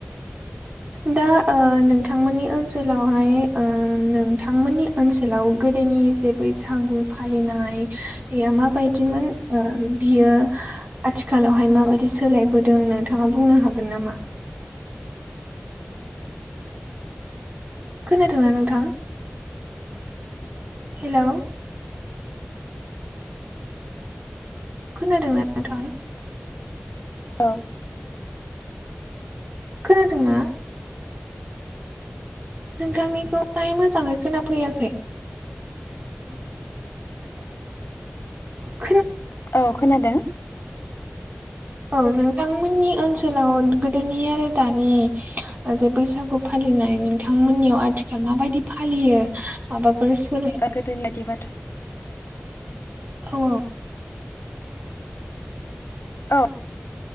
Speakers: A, on the right (about 40°); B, on the left (about 75°).
A: दा ओ नोंथांमोननि ओनसोलावहाय ओ नोंथांमोननि ओनसोलाव गोदोनि जे बैसागु फालिनाय माबायदिमोन ओ बियो आथिखालावहाय माबायदि सोलायबोदों जों नोंथाङा बुंनो हागोन नामा खोनादोंना नोंथां हेल' खोनादों ना नोंथां
B: औ
A: खोनादोंना नोंथांनिखौ मोजाङै खोनाफैयाखै <unintelligible>
B: औ खोनादों
A: औ नोंथांमोननि ओनसोलाव गोदोनि आरो दानि जे बैसागु फालि फालिनाय नोंथांमोननियाव आथिखाल माबायदि फालियो माबाफोर सोलाय
B: आगो दनियााद बाथ'
A: औ
B: औ